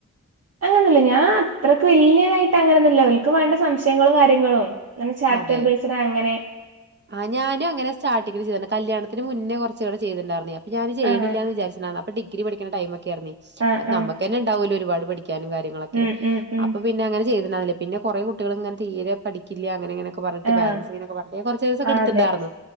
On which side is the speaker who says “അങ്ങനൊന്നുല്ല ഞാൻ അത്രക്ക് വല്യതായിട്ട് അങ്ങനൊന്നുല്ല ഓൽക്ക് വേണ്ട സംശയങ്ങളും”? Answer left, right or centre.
Right